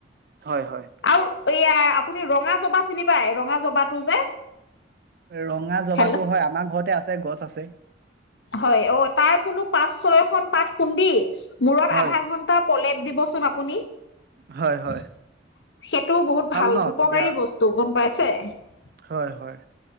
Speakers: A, on the right (about 50°); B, on the left (about 70°).
A: হয়, হয়,
B: আৰু এইয়া আপুনি ৰঙা জবা চিনি পাই, ৰঙা জবাটো যে।
A: ৰঙা জবাতো
B: হেল্ল'
A: হয় আমাৰ ঘৰতে আছে, গছ আছে।
B: হয় অ' তাৰ বোলো পাঁচ ছয়খন পাত খুন্দি মূৰত
A: হয়,
B: আধা ঘণ্টা প্ৰলেপ দিবচোন আপুনি।
A: হয়, হয়,
B: সেইটো বহুত ভাল
A: ন
B: উপকাৰী
A: তেতিয়া
B: বস্তু গম পাইছ <unintelligible>
A: হয়- হয়।